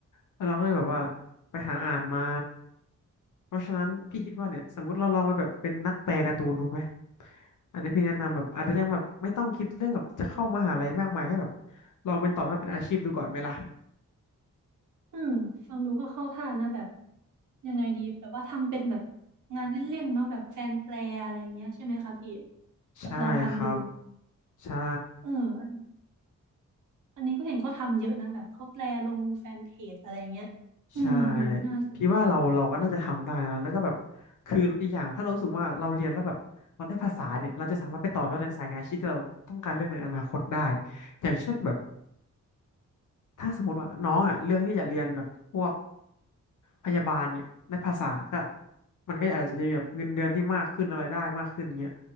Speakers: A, on the left; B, on the right.
A: แล้วเราก็เลยแบบว่าไปหาอ่านมาเพราะฉะนั้นพี่คิดว่าเนี่ยสมมติเราลองไปแบบเป็นนักแปลการ์ตูนดูไหมอันนี้พี่แนะนำแบบอาจจะยังแบบไม่ต้องคิดเรื่องแบบจะเข้ามหาลัยมากมายให้แบบลองเป็นต่อยอดเป็นอาชีพดูก่อนไหมล่ะ
B: เออฟังดูก็เข้าท่านะแบบยังไงดีแบบว่าทำเป็นแบบงานเล่นๆเนาะแบบแฟนแปลอะไรอย่างเงี้ยใช่ไหมคะพี่
A: ใช่ครับ
B: แบบลองทำดู
A: ใช่
B: เอออันอันนี้ก็เห็นเขาทำเยอะนะแบบเขาแปลลงแฟนเพจอะไรเงี้ยเออเออน่าสน
A: ใช่พี่ว่าเราเราก็น่าจะทำได้นะแล้วก็แบบคืออีกอย่างถ้าเรารู้สึกว่าเราเรียนแล้วแบบเราได้ภาษาเนี่ยเราจะสามารถไปต่อยอดในสายงานอาชีพที่เราต้องการเรื่องในอนาคตได้อย่างเช่นแบบ ถ้าสมมติว่าน้องอ่ะเลือกที่จะเรียนแบบพวกพยาบาลเนี่ยในภาษาก็มันก็อาจจะมีแบบเงินเดือนที่มากขึ้นอะไรได้มากขึ้นเงี้ย